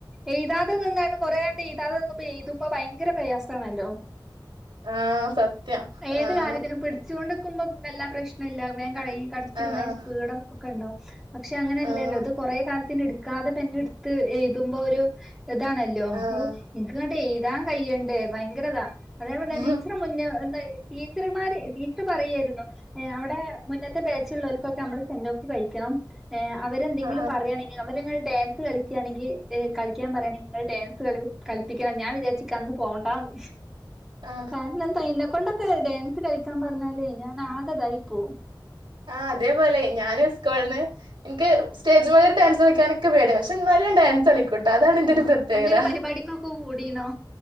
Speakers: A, in the centre; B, on the right.
A: എഴുതാതെ നിന്നാണ്ട് കൊറെയങ്ങ് എഴ്താണ്ട് നിന്നങ്ങ് എഴുതുമ്പോ ഭയങ്കര പ്രയാസാണല്ലോ
B: ആഹ് സത്യം
A: ഏത്
B: ആഹ്
A: കാര്യത്തിനും പിടിച്ചുകൊണ്ട് പും വല്ലാ പ്രശ്നം ഇല്ല വെ കൈ കഠിച്ചിലും
B: ആഹ്
A: ഏഹ്
B: ആഹ്
A: സ്പീഡും ഒക്കെ ഇണ്ടാവും പക്ഷെ അങ്ങനയെല്ലല്ലോ
B: ആഹ്
A: ഇത് കുറേ കാലത്തിന് എടു വക്കാതെ പെന്നെടുത്ത് എഴുതുമ്പോരു ഇതാണല്ലോ
B: ആഹ്
A: ഓ എനിക്ക് എഴ്താൻ കയ്യണ്ടേ ഭയങ്കര്താ അതേ പറഞ്ഞേണ്ടി
B: ആ
A: പിന്നെ എന്തായി ടീച്ചർമാര് ടീച്ചർ പറയുായിരുന്നു അവിടെ മുന്നത്തെ ബാച്ചുള്ളവർക്കൊക്കെ നമ്മള് സെന്റ് ഓഫ് കഴിക്കണം ഏഹ് അവരെന്തെങ്കിലും
B: ആ
A: പറയയാണെങ്കിൽ അവരങ്ങൾ ഡാൻസ് കളിക്കുകയാണെങ്കിൽ കളിക്കാൻ പറയാണ് നിങ്ങൾ ഡാൻസ് കള കളിപ്പിക്കണം ഞാൻ വിചാച്ചിക്ക് അന്ന് പോണ്ടാന്ന്
B: ആ
A: കാരണെന്താ ഇന്നക്കൊണ്ടൊക്കെ ഡാൻസ് സ് കളിക്കാൻ പറഞ്ഞാലേ ഞാൻ ആകയിതായിപ്പോം
B: ആ അതേപോലെ ഞാന് സ്കോളിന്ന് എനിക്ക് സ്റ്റേജ്മാ ഡാൻസ് കളിക്കാനൊക്കെ പേടിയാ പക്ഷെ ന്നാലും ഡാൻസ് കളിക്കൂട്ട അ അതാണ് എൻറെ ഒരു പ്രത്യേകത
A: എന്തേലും പരിപാടിക്കൊക്കെ കൂടീണോ